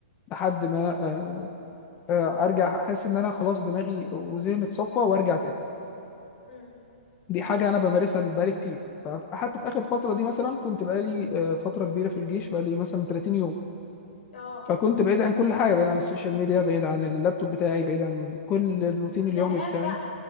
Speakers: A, on the left; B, on the left.
A: لحد ما آه، آه، ارجع احس ان انا خلاص دماغي وذهني اتصفى وارجع تاني
B: مم.
A: دي حاجة أنا بمارسها بقالي كتير فحتى في آخر فترة دي مثلا كنت بقالي آه، فترة كبيرة في الجيش بقالي مثلا 30 يوم
B: اه
A: فكنت بعيد عن كل حاجة بعيد عن السوشيال ميديا بعيد عن اللابتوب بتاعي بعيد عن كل الروتين
B: وزهقان
A: اليومي بتاعي
B: بقى